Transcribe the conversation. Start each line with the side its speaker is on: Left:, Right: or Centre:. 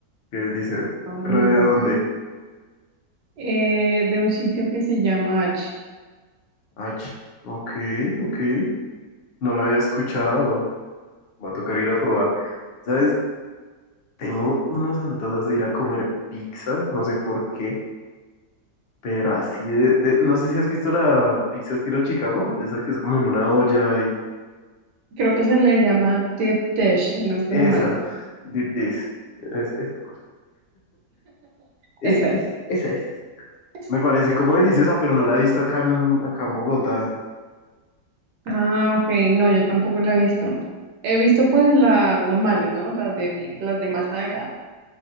Left: qué delicia.
Right: estaba muy
Left: ¿Pero de
Right: buena,
Left: dónde?
Right: eh, de un sitio que se llama H.
Left: H. Ok, ok. No lo había escuchado. Va a tocar ir a probar. ¿Sabes? Tengo unos antojos de ir a comer pizza, no sé por qué, pero así de, de- No sé si has visto la pizza estilo Chicago, de esa que es como en una olla y...
Right: Creo que se le llama Deep Dish, no estoy
Left: Esa,
Right: mal.
Left: de, de- es- esa. Esa
Right: Esa
Left: es,
Right: es.
Left: esa es. esa.
Right: ¿Es?
Left: Me parece como deliciosa, pero no la he visto acá en, acá en Bogotá.
Right: Ah, ok, no, yo tampoco la he visto. He visto pues las normales, ¿no? Las de, mi- las de masa delgada.